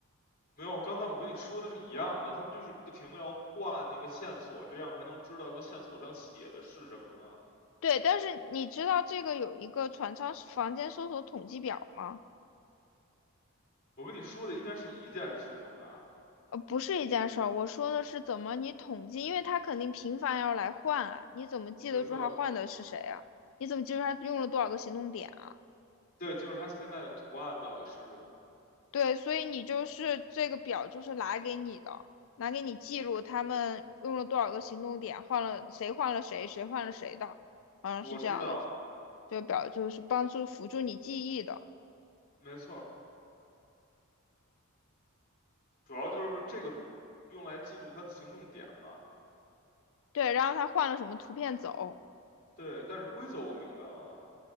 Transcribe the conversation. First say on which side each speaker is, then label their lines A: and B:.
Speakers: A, on the left (about 40°); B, on the left (about 65°).
A: 没有，刚才我跟你说的是一样的，他不就是不停的要换那个线索，这样才能知道说线索上写的是什么吗？
B: 对，但是你知道这个有一个船舱房间搜索统计表吗？
A: 我跟你说的应该是一件事情吧？
B: 呃，不是一件事儿，我说的是怎么你统计，因为他肯定频繁要来换啊，你怎么记得住他换的是谁啊？
A: 没错，
B: 你怎么记住他用了多少个行动点啊？
A: 对，就是他现在的图案到底是什么？
B: 对，所以你就是这个表就是拿给你的，拿给你记录他们用了多少个行动点，换了谁换了谁，谁换了谁的，好像是这样的。
A: 我知道，
B: 这这个表就是帮助辅助你记忆的。
A: 没错，主要就是这个用来记录他的行动点吧？
B: 对，然后他换了什么图片走？
A: 对，但是规则我明白了，